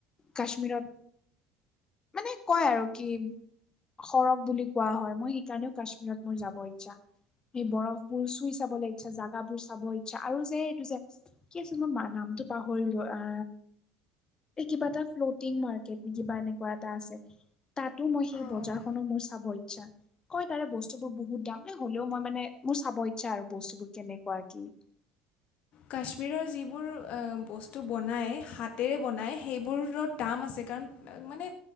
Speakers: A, on the left (about 30°); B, on the left (about 50°).
A: কাশ্মীৰত মানে কয় আৰু কি সৰগ বুলি কোৱা হয়। মই সেইকাৰণেও কাশ্মীৰত মোৰ যাবৰ ইচ্ছা, সেই বৰফ বোৰ চুই চাবলৈ ইচ্ছা, জাগাবোৰ চাব ইচ্ছা আৰু যে এইটো যে কি আছিল মই মাৰ নামটো পাহৰিলোঁ আ এই কিবা এটা ফ্লটিং মাৰ্কেট নি কিবা এনেকুৱা এটা আছে? তাতো মই
B: পাৰিম
A: সেই বজাৰখনো মোৰ চাব ইচ্ছা, কয় তাৰে বস্তুবোৰ বহুত দাম এ হ'লেও মই মানে মোৰ চাব ইচ্ছা আৰু বস্তুবোৰ কেনেকুৱা কি?
B: কাশ্মীৰৰ যিবোৰ এ বস্তু বনায় হাতেৰে বনায় সেইবোৰৰ দাম আছে কাৰণ আ মানে